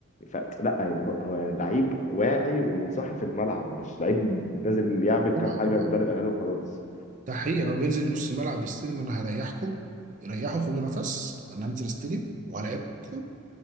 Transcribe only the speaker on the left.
فلا يعني هو هو يعني لعيب واعي وصاحي في الملعب مش لعيب نازل يعمل كام
حاجة
المدرب قالها له خلاص